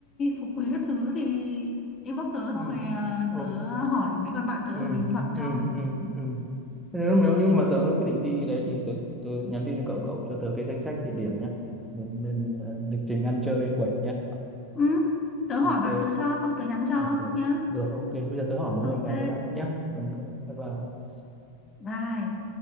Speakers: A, on the left (about 20°); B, in the centre.
A: Phú Quý các thứ thì inbox tớ
B: Ừ.
A: xong rồi ờ,
B: ừ
A: tớ hỏi mấy con bạn tớ
B: ừ
A: ở Bình Thuận
B: ừ
A: cho
B: ừ ừ, ừ. Thế nếu nếu như mà tớ quyết định đi đấy thì tớ tớ nhắn tin cho cậu cậu cho tớ cái danh sách địa điểm nhá nên, nên ờ, lịch trình ăn chơi quẩy nhá
A: ừ. tớ hỏi
B: ok
A: bạn tớ cho xong tớ nhắn cho
B: ok
A: nhá
B: rồi ok bây giờ tớ hỏi
A: ok
B: em gái tớ đã nhá ok bye bye
A: bye